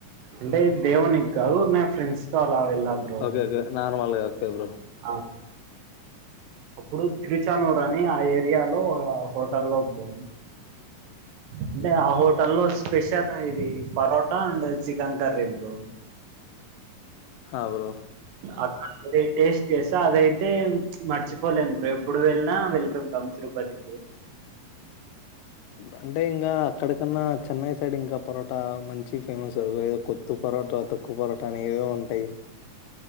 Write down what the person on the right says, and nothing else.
అంటే ఇది దేవుని గాదు ఊరికే ఫ్రెండ్స్ తో అలా వెళ్ళా బ్రో
ఆ అప్పుడు తిరుచానూరు అని ఆ ఏరియాలో హోటల్లో బ్రో అంటే ఆ హోటల్ లో స్పెషల్ ఇది parotta and chicken curry bro
అక్క టేస్ట్ చేసా అదైతే మర్చిపోలేను బ్రో ఎప్పుడు వెళ్ళినా వెళ్తుంటాం తిరుపతి